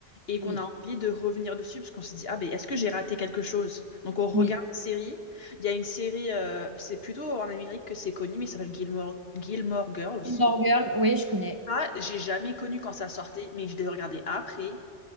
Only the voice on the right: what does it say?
Oui,
oui.
Gilmore Girl, oui, je connais.